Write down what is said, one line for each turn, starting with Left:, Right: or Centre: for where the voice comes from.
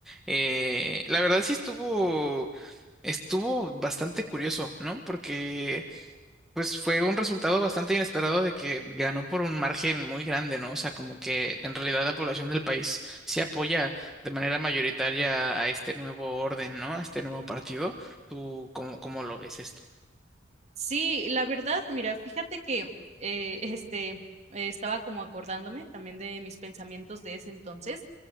Centre: Eh, la verdad sí estuvo. Estuvo bastante curioso, ¿no? Porque pues fue un resultado bastante inesperado de que ganó por un margen muy grande, ¿no? O sea, como que en realidad la población del país se apoya de manera mayoritaria a este nuevo orden, ¿no? A este nuevo partido. ¿Tú cómo, cómo lo ves esto?
Right: Sí, la verdad, mira, fíjate que eh, este eh, estaba como acordándome también de mis pensamientos de ese entonces.